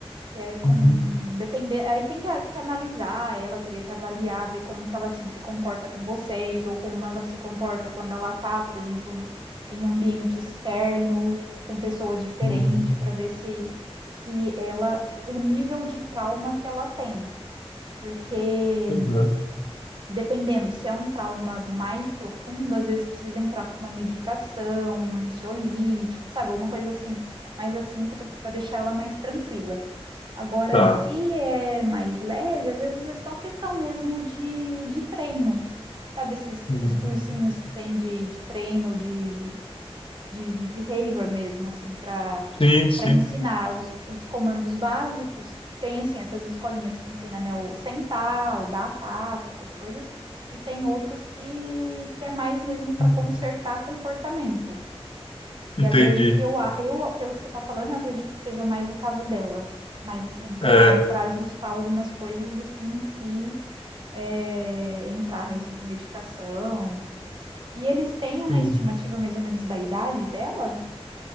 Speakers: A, on the right (about 45°); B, on the left (about 60°).
A: que é com.
B: Uhum.
A: Dependendo, aí tem que, que analisar ela, teria que avaliar, ver como que ela assim, se comporta com vocês, ou como ela se comporta quando ela tá, por exemplo, no- em ambiente externo, com pessoas diferentes,
B: Uhum.
A: para ver se, se ela. O nível de trauma que ela tem. Porque.
B: Uhum.
A: Dependendo, se é um trauma mais profundo, às vezes precisa entrar com uma medicação, um ansiolítico, sabe? Alguma coisa assim, mas assim para deixar ela mais tranquila. Agora,
B: Tá.
A: se é mais leve, às vezes é só questão mesmo de, de treino, sabe? Esses,
B: Uhum.
A: esses cursinhos que tem de, de treino, de, de, de behavior mesmo, assim, para
B: Sim, sim.
A: para ensinar os, os comandos básicos. Tem, assim, essas escolinhas que ensina, né, o sentar, o dar a pata, essas coisas. E tem outros que, que é mais mesmo para
B: Uhum.
A: consertar comportamento. Que
B: Entendi.
A: às vezes que eu, a- eu, pelo que você está falando, eu acredito que seja mais o caso dela. Mas, assim, para
B: É,
A: para ajustar algumas coisas do que em si é, entrar mesmo com medicação. E eles têm uma
B: sim.
A: estimativa mais ou menos da idade dela?